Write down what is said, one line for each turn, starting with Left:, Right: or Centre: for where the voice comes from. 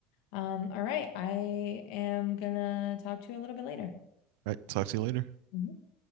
Left: Um, all right. I am gonna talk to you a little bit later.
Right: right, talk to you later.
Left: Mhm.